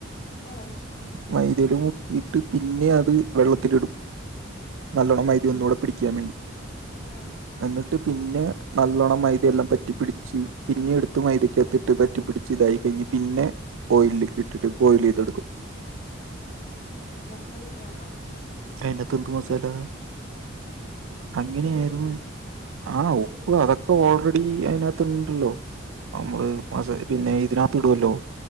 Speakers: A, on the left; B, on the right.
A: ആഹ്
B: മൈതല മുക്കിയിട്ട് പിന്നെ അത് വെള്ളത്തിലിടും നല്ലോണം
A: ഓ
B: മൈത ഒന്നുടെ പിടിക്കാൻ വേണ്ടി
A: ആഹ്
B: എന്നിട്ട് പിന്നെ നല്ലോണം മൈദെല്ലാം പറ്റിപ്പിടിച്ച് പിന്നെ എടുത്ത് മൈദക്കകത്തിട്ട് പറ്റിപ്പിടി ച ഇതായി കഴിഞ്ഞ് പിന്നെ ഓയിലിക്ക് ഇട്ടിട്ട് ബോയിൽ ചെയ്തെടുക്കും
A: ഓ മസാല ഒന്ന ആഡ് ആക്കൂലെ
B: അയിനകതെന്ത് മസല്ല അങ്ങനെയായിരുന്നു
A: ഉപ്പ്
B: ആ
A: കുരുമുളക്
B: ഉപ്പ് അതൊക് ക്കെ ഓൾറെഡി അതിനകത്ത്ണ്ടല്ലോ നമ്മള് മ സ പിന്നെ ഇതിനകത്ത് ഇടുവല്ലോ